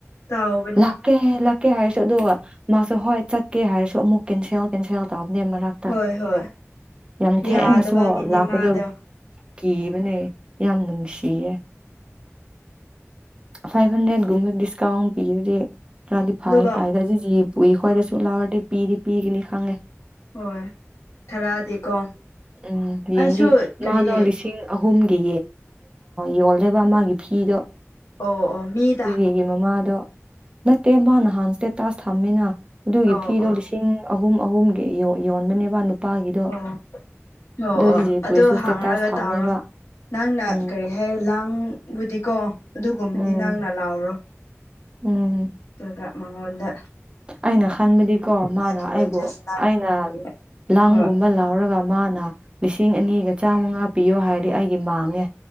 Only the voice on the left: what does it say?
ꯇꯥꯎꯕꯅꯦ
ꯍꯣꯏ ꯍꯣꯏ
ꯌꯥꯗꯕꯒꯤꯅꯦ
ꯃꯥꯗꯣ
ꯑꯗꯨꯒ
ꯍꯣꯏ
ꯍꯣꯏ ꯈꯔꯗꯤꯀꯣ
ꯑꯩꯁꯨ
ꯀꯔꯤ
ꯑꯣ ꯑꯣ ꯃꯤ
ꯑꯣ
ꯑꯣ
ꯑꯣ ꯑꯣ
ꯑꯣ
ꯑꯗꯨꯣ
ꯍꯥꯡꯉꯔꯒ
ꯇꯥꯔꯣ ꯅꯪꯅ
ꯀꯔꯤ ꯍꯦ ꯂꯥꯡꯕꯨꯗꯤ ꯀꯣ ꯑꯗꯨꯒꯨꯝꯕꯗꯤ
ꯅꯪꯅ ꯂꯥꯎꯔꯣ
ꯑꯗꯨꯒ ꯃꯉꯣꯟꯗ
ꯃꯥꯒꯤ
ꯋꯦꯗ꯭ꯔꯦꯁ
ꯅꯪꯅ
ꯄꯤꯌꯦ
ꯍꯣꯏ